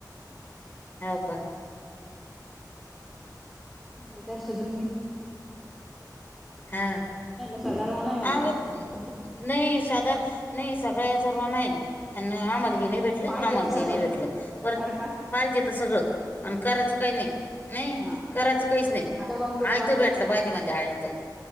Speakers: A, on the left (about 25°); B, in the centre.
A: हाव का
B: मी म्हणलं त्याला सुधरून घे मी
A: हा
B: म्हणलं सदारवा नाही म्हणलं
A: आग
B: तुमच्या फोनचा.
A: नाही साध नाही सगळ्या हे सर्वांना आहे. आन आम्हाला
B: हा.
A: हे नाही भेटलं
B: पाहिजे
A: आम्हाला
B: तर सगळं
A: ते नाही भेटलं परत
B: बरं का
A: पाहिजे तर सगळं आणि करायचं काही नाही नाही
B: हा.
A: करायचं काहीच नाही
B: आता बंबूरा
A: आयत
B: लागत
A: भेटलं
B: होत्या बाकी
A: पाहिजे म्हणते
B: काही
A: आयत